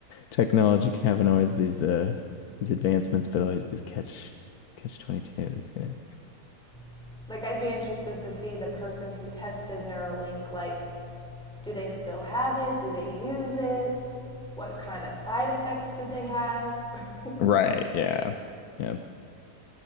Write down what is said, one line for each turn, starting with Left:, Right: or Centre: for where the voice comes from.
Left: technology having always these uh these advancements, but always these catch catch 22s, you know.
Centre: <laughs> like I'd be interested to see the person who tested Neuralink, like Do they still have it? Do they use it? What kind of side effects did they have? <laughs>
Left: Right, yeah. Yeah.